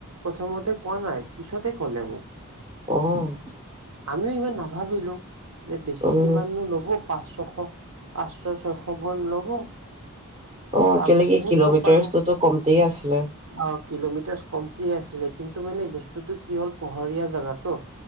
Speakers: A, on the right (about 70°); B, on the right (about 25°).
A: প্ৰথমতে কোৱা নাই, পিছতে ক'লে মোক।
B: অ'।
A: আমিও ইমান নাভাবিলো যে বেছি
B: উম,
A: কিমান নো ল'ব পাঁচ ছশ পাঁচশ ছয়শ মান ল'ব
B: অ',
A: তাৰপিছতহে
B: কেলে কি কিলোমিটাৰটোতো
A: গম পালোঁ।
B: <unintelligible>
A: অ' কিলোমিটাৰছ কমটিয়ে আছিলে, কিন্তু মানে বস্তুটো কি হ'ল পহৰীয়া জেগাটো